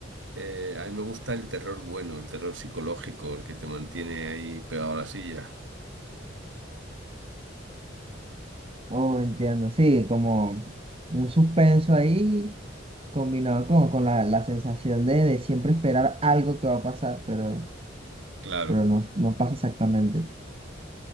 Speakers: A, on the right; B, on the right.
A: Eh, a mí me gusta el terror bueno, el terror psicológico, el que te mantiene ahí pegado a la silla.
B: Oh, entiendo. Sí, como un suspenso ahí combinado con, con la, la sensación de, de siempre esperar algo que va a pasar, pero,
A: Claro.
B: pero no, no pasa exactamente.